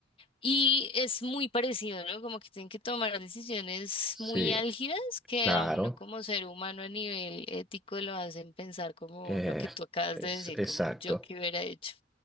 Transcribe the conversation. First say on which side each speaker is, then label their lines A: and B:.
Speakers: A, on the left; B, in the centre.
A: Y es muy parecido, ¿no? Como que tienen que tomar decisiones
B: sí,
A: muy álgidas que
B: claro.
A: a uno como ser humano a nivel ético lo hacen pensar como
B: Eh,
A: lo que tú acabas
B: es
A: de decir,
B: exacto.
A: como yo que hubiera hecho.